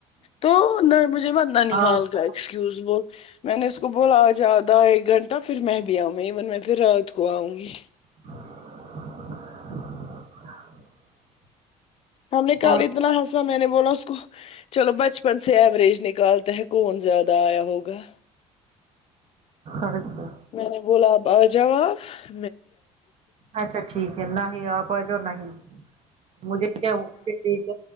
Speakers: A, on the left; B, on the right.
A: تو نہیں مجھے بات نن
B: آپ
A: حال کا ایکسکیوز وہ میں نے اس کو بولا آ ج آدھا ایک گھنٹہ پھر میں بھی آؤں گی ایون میں پھر رات کو آؤں گی
B: <inaudible>
A: ہم نے کال
B: اور
A: اتنا ہسا میں نے بولا اس کو چلو بچپن سے ایوریج نکالتے کون زیادہ آیا ہوگا
B: اچھا
A: میں نے بولاب آجاب <unintelligible>
B: اچھا ٹھیک ہے نہیں آپ آ جوا نہیں مجھے کیا لی <unintelligible>